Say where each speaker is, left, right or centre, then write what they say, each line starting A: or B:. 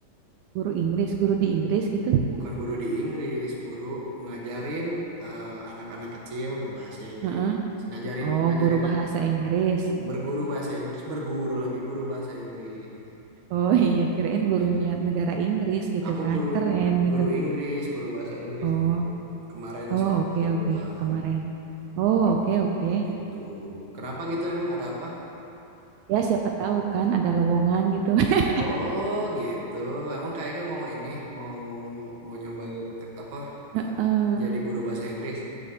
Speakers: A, on the right; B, on the right.
A: guru Inggris, guru di Inggris gitu.
B: Bukan guru di Inggris, guru ngajarin eh, anak-anak kecil berbahasa Inggris.
A: Heeh.
B: Ngajarin
A: Oh,
B: ngajarin
A: guru bahasa Inggris.
B: berguru bahasa Inggris, berguru lagi guru bahasa Inggris.
A: Oh <laughs> iya, kirain gurunya
B: Ya.
A: negara Inggris gitu
B: Aku
A: kan,
B: guru
A: keren gitu.
B: guru Inggris, guru bahasa Inggris
A: Oh,
B: dulu. Kemarin
A: oh
B: sih
A: oke
B: baru keluar
A: oke kemarin. Oh oke oke.
B: gitu. Kenapa gitu emang ada apa?
A: Ya siapa tahu kan ada lowongan gitu. <laughs>
B: Oh, gitu. Emang kayaknya mau ini, mau mau nyobain ke- apa
A: Heeh.
B: eh, jadi guru bahasa Inggris.